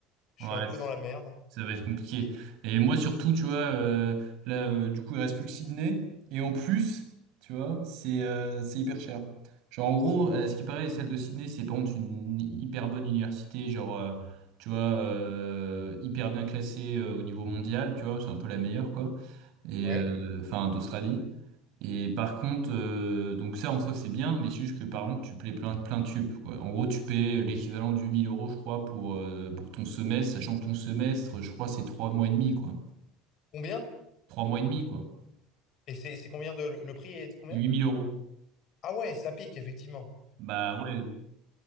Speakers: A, on the left (about 35°); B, on the right (about 55°).
A: je
B: ouais,
A: suis un peu
B: c-
A: dans la merde.
B: ça va être compliqué. Et moi surtout, tu vois, euh, là, euh, du coup, il reste plus que Sydney, et en plus, tu vois, c'est euh, c'est hyper cher. Genre, en gros, euh, ce qui paraît, celle de Sydney, c'est par contre une hyper bonne université, genre, euh, tu vois, euh, hyper bien classée euh, au niveau mondial, tu vois, c'est un peu la meilleure, quoi, et
A: Ouais.
B: euh, enfin, d'Australie. Et par contre, euh, donc ça en soi c'est bien, mais c'est juste que par contre tu payes plein, plein de tubes, quoi. En gros, tu payes l'équivalent du 1000 euros, je crois, pour, euh, pour ton semestre, sachant que ton semestre, je crois, c'est trois mois et demi, quoi.
A: Combien?
B: Trois mois et demi, quoi.
A: Et c'est c'est combien de le, le prix est de combien?
B: 8000 euros.
A: Ah ouais, ça pique effectivement.
B: Bah ouais,